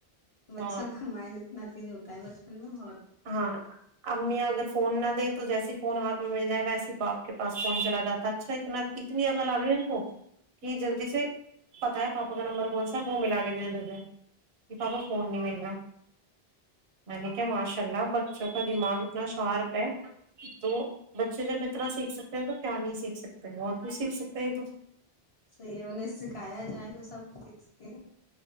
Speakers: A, on the left; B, on the right.
A: بچوں
B: ہاں
A: کا مائلڈ اتنا تیز ہوتا ائم اس میں ب <unintelligible>
B: ہاں امی اگر فون نہ دے تو جیسے فون ہاتھ میں مل جائے ویسے باپ کے پس فون چلا جاتا اچھا <unintelligible> اتنا اتنی اگل آ گئی ان کو کہ جلدی سے پتا ہے پاپا کا نمبر کون سا وہ ملا کے دے دیتے ہیں یہ پاور فون نہیں مل رہا <unintelligible> م کے معش <inaudible> اللو <inaudible> بچوں کا دماغ اتنا شارپ ہے تو <inaudible> بچے جب اتنا سیکھ سکتے ہیں تو کیا نہیں سیکھ ستے بہت کچھ سیکھ سکتے ہیں تو
A: ص یہ انہیں سکھایا جائے تو سب سیکھتے ہیں